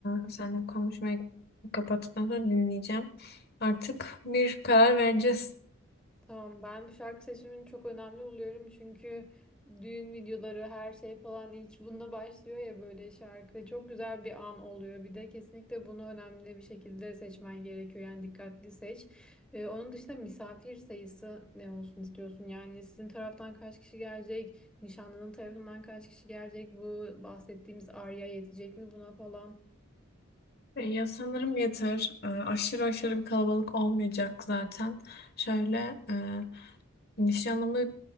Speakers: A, on the left; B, in the centre.
A: Ee, seninle konuşmayı kapattıktan sonra dinleyeceğim. Artık bir karar vereceğiz.
B: Tamam ben bu şarkı seçimini çok önemli buluyorum çünkü düğün videoları her şey falan ilk bununla başlıyor ya böyle şarkı çok güzel bir an oluyor. Bir de kesinlikle bunu önemli bir şekilde seçmen gerekiyor yani dikkatli seç. Ee, onun dışında misafir sayısı ne olsun istiyorsun yani sizin taraftan kaç kişi gelecek, nişanlının tarafından kaç kişi gelecek bu bahsettiğimiz arya yetecek mi buna falan.
A: E, Ya sanırım yeter. E, Aşırı aşırı bir kalabalık olmayacak zaten. Şöyle e, nişanımızı